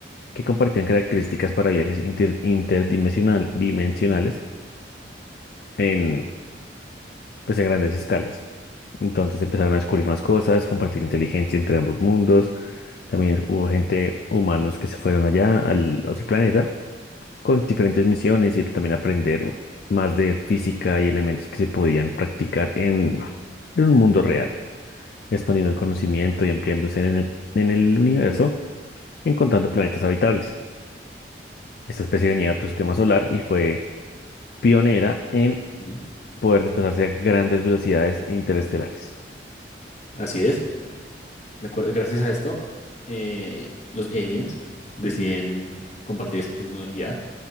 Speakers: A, on the left (about 55°); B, on the left (about 40°).
A: que compartían características para viajes inter- interdimensional, dimensionales en, pues, a grandes escalas. Entonces empezaron a descubrir más cosas, compartir inteligencia entre ambos mundos. También hubo gente, humanos que se fueron allá al otro planeta con diferentes misiones y también aprender más de física y elementos que se podían practicar en, en un mundo real, expandiendo el conocimiento y ampliándose en el, en el universo, encontrando planetas habitables. Esta especie venía de otro sistema solar y fue pionera en
B: Ujú.
A: poder desplazarse a grandes velocidades e interestelares.
B: Así es. De acuer- Gracias a esto, eh, los aliens deciden compartir esta tecnología